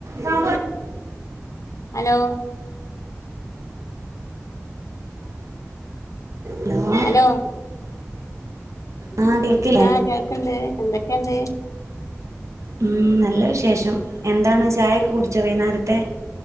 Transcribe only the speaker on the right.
സാമ്പാ
ഹലോ
ആഹ് കേൾക്കില്ലേ
ഉം നല്ല വിശേഷം എന്താണ് ചായൊക്കെ കുടിച്ചൊ വൈന്നേരത്തെ